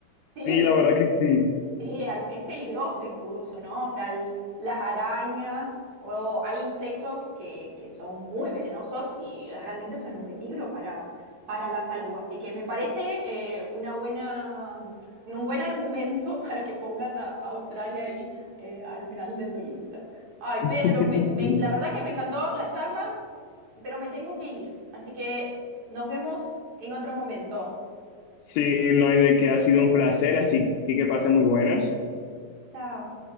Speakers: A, on the right; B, on the left.
A: Sí,
B: sí, la verdad que sí.
A: Sí, hay- es peligroso incluso, ¿no? O sea, el- las arañas o hay insectos que, que son muy venenosos y realmente son un peligro para, para la salud. Así que me parece eh, una buena, mm, un buen argumento <laughs> para que pongas a, a Australia ahí eh, al final de tu lista. Ay, Pedro,
B: <laughs>
A: me- me-
B: Sí,
A: la verdad que me encantó la charla, pero me tengo que ir. Así que nos vemos en otro momento.
B: Sí, no hay de qué, ha sido un placer, así que que pasen muy buenas.
A: Chao.